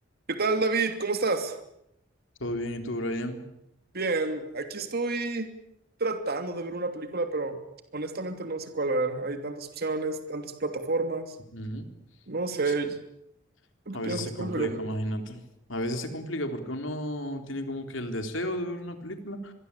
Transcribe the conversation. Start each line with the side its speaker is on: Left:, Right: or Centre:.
Right: ¿Qué tal, David? ¿Cómo estás?
Left: Todo bien, ¿y tú, Brian?
Right: Bien, aquí estoy tratando de ver una película, pero honestamente no sé cuál ver. Hay tantas opciones, tantas plataformas.
Left: Ujú.
Right: No sé,
Left: Sí.
Right: ¿tú qué
Left: A
Right: piensas?
Left: veces se
Right: ¿Cuál
Left: complica,
Right: debería ver?
Left: imagínate. A veces se complica porque uno tiene como que el deseo de ver una película,